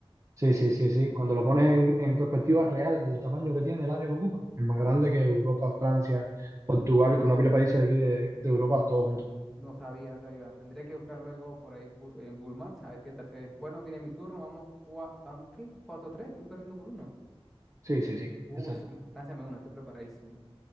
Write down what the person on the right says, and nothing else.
Sí, sí, sí, sí, cuando lo pones en, en perspectiva real del tamaño que tiene el área que ocupa, es más grande que Europa, Francia, Portugal, que una pila de países de aquí de, de Europa, todos juntos.
Sí, sí, sí,
exacto.